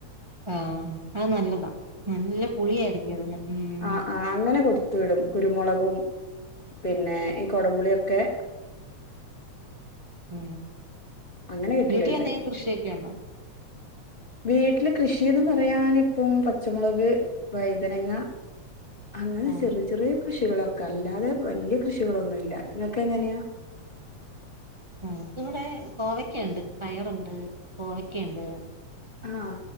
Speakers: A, on the right (about 15°); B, on the left (about 20°).
A: ആഹ അത് നല്ലതാ നല്ല പുളിയായിരിക്കും അതിന് ഉം
B: ആ ആ അങ്ങനെ കൊടുത്തു വിടും കുരുമുളകും പിന്നെ ഈ കൊടപുളിയൊക്കെ
A: ഉ
B: അങ്ങനെ കിട്ടലുണ്ട്
A: വീട്ടില ൽഎന്തെങ്കിലും കൃഷിയൊക്കെ ഉണ്ടോ <inaudible>
B: വീട്ടില് കൃഷിന്ന് പറയാൻ ഇപ്പം പച്ചമുളക് വഴുതനങ്ങ അങ്ങനെ
A: ആഹ്
B: ചെറിയ ചെറിയ കൃഷികളൊക്കെ അല്ലാതെ വലിയ കൃഷികളൊന്നുമല്ല നിങ്ങൾക്ക് എങ്ങനെയാ
A: ആ ന ഇവിടെ കോവക്കയുണ്ട് പയറുണ്ട് കോവക്കുണ്ട്
B: ആഹ